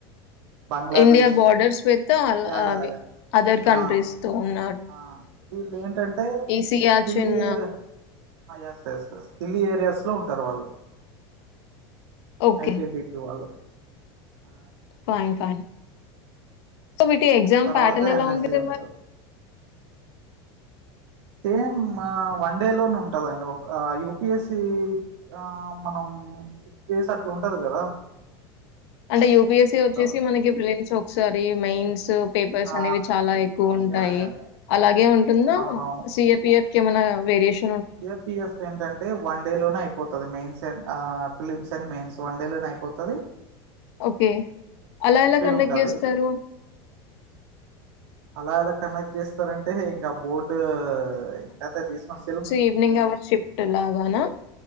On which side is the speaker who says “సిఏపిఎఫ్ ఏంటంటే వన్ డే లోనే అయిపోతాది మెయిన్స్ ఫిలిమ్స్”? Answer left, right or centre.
Right